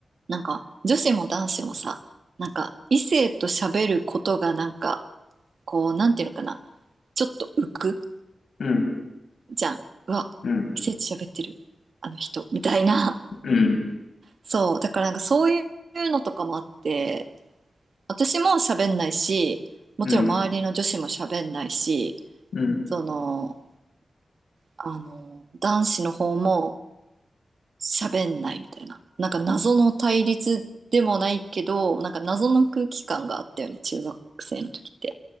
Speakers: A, on the right; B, on the left.
A: なんか女子も男子もさ、なんか異性と喋ることがなんか、こう、なんていうのかな、ちょっと浮く
B: うん。
A: じゃん。うわ、
B: うん。
A: 異性と喋ってる、あの人、みたいな。
B: うん。
A: そう、だからなんかそういうのとかもあって、私も喋んないし、もちろん周りの女子も喋んないし、
B: うん。うん。
A: その、あの、男子の方も喋んないみたいな。なんか謎の対立でもないけど、なんか謎の空気感があったよね、中学生の時って。